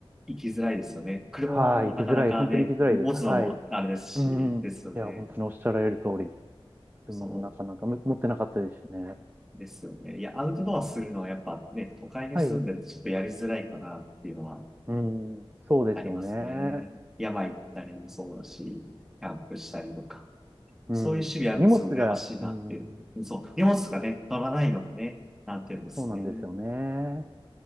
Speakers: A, in the centre; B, on the right.
A: 行きづらいですよね。車もなかなかね、
B: はい、行きづらい、本当に行きづらいです。
A: 持つのもあれですし、
B: はい。うん。
A: ですよね。
B: いや、本当におっしゃられる通り、車もなかなかむ持ってなかったですしね。
A: そうですよね。いや、アウトドアするのはやっぱね、都会に住んでるとちょっとやりづらいかなっていうのは
B: はい。うん、そうですよね。
A: ありますね。山行ったりもそうだし、キャンプしたりとか。
B: うん。
A: そういう趣味あるのすごい羨ましいなっていう。
B: 荷物が、うん。
A: そう、荷物とかね、乗らないのがね、なんていうんですね。
B: そうなんですよね。